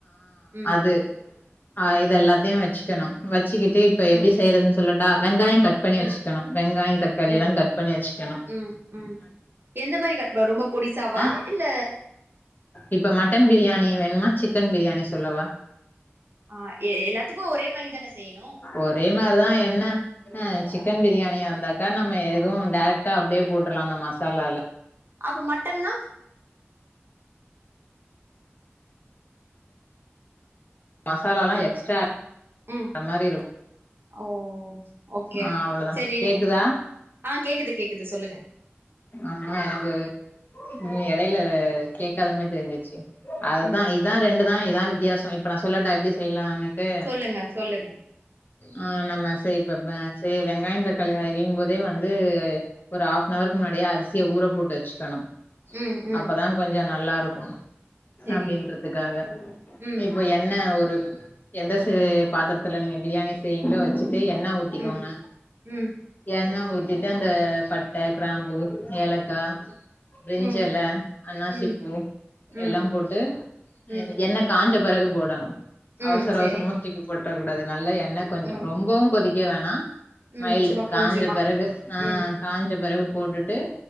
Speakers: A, on the right (about 55°); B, on the left (about 45°).
A: ம்
B: இது ஆ இது எல்லாத்தையு வச்சுக்கணு வச்சுக்கிட்டு இப்ப எப்டி
A: ம்
B: செய்றதுன்னு சொல்லட்டா வெங்காய கட் பண்ணி வச்சுக்கணு
A: ம்
B: வெங்காய தக்காளி
A: ம்
B: எல்ல கட் பண்ணி வச்சுக்கணு
A: ம் ம் எந்த மாரி கட் ப ரொம்ப பொடிசாவா
B: அ
A: இல்ல
B: இப்ப மட்டன் பிரியாணி வேணுமா சிக்கன் பிரியாணி சொல்லவா
A: ஆ எ எல்லாத்துக்கு ஒரே மாரி தானே செய்யணு
B: ஒரே மாரிதா என்ன ஆ சிக்கன் பிரியாணியா இருந்தாக்கா நம்ம எது டேரக்டா அப்டியே போட்ருலா அந்த மசாலால
A: அப்ப மட்டன்னா
B: மசாலால
A: ஹலோ
B: எக்ஸ்ட்ரா
A: ம்
B: ஆட்ற மாரி இருக்கு
A: ஓ ஒகே
B: ஆ அவ்ளோதா
A: சரி
B: கேக்குதா
A: ஆ கேக்குது கேக்குது சொல்லுங்க
B: ஆ எனக்கு உ எடையில கேட்காதமா தெரிஞ்சிச்சு அதுதா
A: ம்
B: இதா ரெண்டுதா இதா வித்தியாச இப்ப நா சொல்லட்டா எப்டி செய்யலானு ட்டு
A: சொல்லுங்க சொல்லுங்க
B: ஆ நம்ம சரி இப்ப செ வெங்காய தக்காளி அறியிம் போதே வந்து ஒரு ஹாஃபனவர்க்கு முன்னாடியே அரிசிய ஊற போட்டு வச்சுக்கணு
A: ம் ம்
B: அப்பதா கொஞ்ச நல்லா இருக்கும்
A: செரி
B: அப்டின்றதுக்காக
A: ம்
B: இப்போ என்ன ஒரு எந்த ச பாத்திரத்துல நீங்க பிரியாணி செய்வீங்ளோ வச்சுட்டு எண்ண ஊத்திக்கோங்க
A: ம் ம்
B: எண்ணெ ஊத்திட்டு அந்த பட்ட கிராம்பு ஏலக்கா பிரிஞ்சிஎல
A: ம்
B: அன்னாசிப்பூ
A: ம் ம்
B: எல்லா போட்டு
A: ம்
B: எண்ணெ காஞ்ச பெறகு போடணு
A: ம்
B: அவசர
A: செரி
B: அவசரமா தூக்கு போட்டுறக் கூடாது நல்லா எண்ண க எண்ண கொஞ்ச
A: ம்
B: ரொம்பவு கொதிக்க வேணா
A: ம்
B: மைல்டு
A: சும்மா
B: காஞ்ச
A: கொஞ்சமா
B: பெறகு ஆ
A: ம்
B: காஞ்ச பெறகு போட்டுட்டு